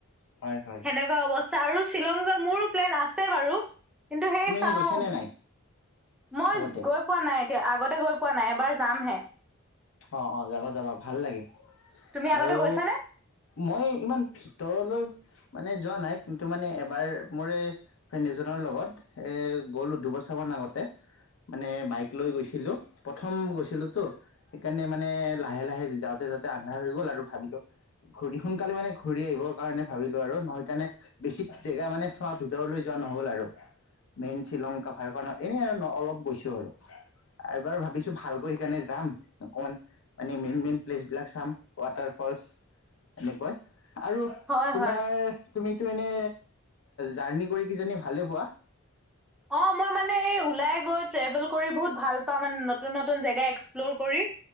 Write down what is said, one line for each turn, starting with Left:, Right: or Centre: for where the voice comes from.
Left: হয় হয়
Centre: তেনেকুৱা অৱস্থা আৰু শ্বিলং যোৱা মোৰো প্লেন আছে বাৰু কিন্তু সেই
Left: তুমি এনেই
Centre: চাওঁ
Left: গৈছানে নাই
Centre: মই
Left: আগতে?
Centre: গৈ পোৱা নাই এতিয়া আগতে গৈ পোৱা নাই এবাৰ যামহে
Left: অঁ অঁ যাব যাব ভাল লাগে
Centre: তুমি আগতে
Left: আৰু
Centre: গৈছানে?
Left: মই ইমান ভিতৰলৈ মানে যোৱা নাই কিন্তু মানে এবাৰ মৰে ফ্ৰেণ্ড এজনৰ লগত এ গ'লো দুবছৰ মান আগতে মানে বাইক লৈ গৈছিলোঁ প্ৰথম গৈছিলোঁতো সেইকাৰণে মানে লাহে লাহে যাওঁতে যাওঁতে আন্ধাৰ হৈ গল আৰু ভাবিলো ঘূৰি সোনকালে মানে ঘূৰি আহিবৰ কাৰণে ভাবিলো আৰু নহেই কাৰণে বেছি জেগা মানে চোৱা ভিতৰলৈ যোৱা নহল আৰু মেইন শ্ৰীলংকা ভাৰকত এনেই আৰু অলপ গৈছো আৰু এবাৰ ভাবিছো ভালকৈ সেইকাৰণে যাম অকণমান মানে মেইন মেইন প্লেচবিলাক চাম ৱাটাৰ ফলচ এনেকৱৈ আৰু
Centre: হয়
Left: তোমাৰ
Centre: হয়।
Left: তুমিতো এনে জাৰ্ণি কৰি কিজানি ভালে পোৱা
Centre: অ মই মানে এই ওলাই গৈ ট্ৰেভেল কৰি বহুত ভাল পাওঁ মানে নতুন নতুন জেগা এক্সপ্ল'ৰ কৰি